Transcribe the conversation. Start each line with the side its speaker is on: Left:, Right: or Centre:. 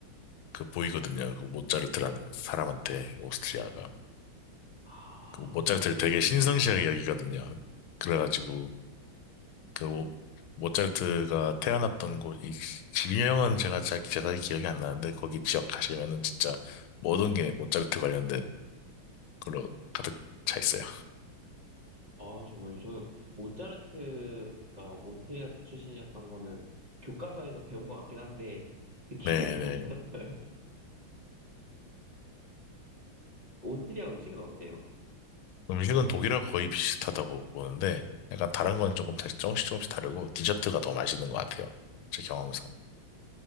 Left: 그 보이거든요. 그 모차르트라는 사람한테 오스트리아가
Right: 아,
Left: 그 모차르트를 되게 신성시하게 여기거든요. 그래가지고 그 모- 모차르트가 태어났던 곳, 이 지명은 제가 잘, 제가 기억이 안 나는데 거기 지역 가시면은 진짜 모든 게 모차르트 관련된 걸로 가득 차 있어요.
Right: 아, 정말. 저, 모차르트가 오스트리아 출신이었던 거는 교과서에서 배운 것 같긴 한데, <laughs> 기억이
Left: 네네.
Right: 안 났어요. 오스트리아 음식은 어때요?
Left: 음식은 독일하고 거의 비슷하다고 보는데 약간 다른 건 조금 다- 조금씩 조금씩 다르고 디저트가 더 맛있는 것 같아요. 제 경험상.